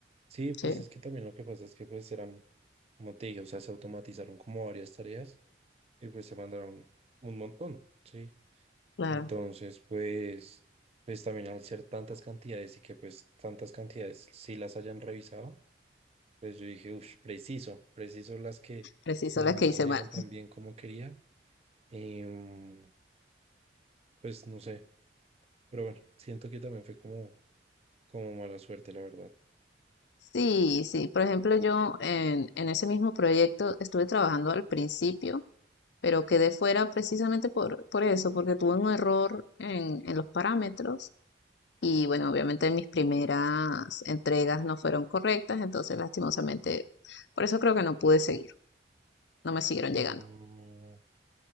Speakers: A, on the right; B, on the left.
A: Sí, pues
B: Sí,
A: es que también lo que pasa es que pues eran, como te dije, o sea, se automatizaron como varias tareas y pues se mandaron un montón, ¿sí?
B: claro,
A: Entonces pues, pues también al ser tantas cantidades y que pues tantas cantidades sí las hayan revisado Pues yo dije, uff, preciso, preciso las que
B: preciso
A: no,
B: las
A: no
B: que hice
A: salieron
B: mal.
A: tan bien como quería. Em, pues no sé, pero bueno, siento que también fue como, como mala suerte, la verdad.
B: Sí, sí. Por ejemplo, yo en, en ese mismo proyecto estuve trabajando al principio, pero quedé fuera precisamente por, por eso, porque tuve un error en, en los parámetros y bueno, obviamente mis primeras entregas no fueron correctas, entonces lastimosamente, por eso creo que no pude seguir, no me siguieron
A: Mm,
B: llegando.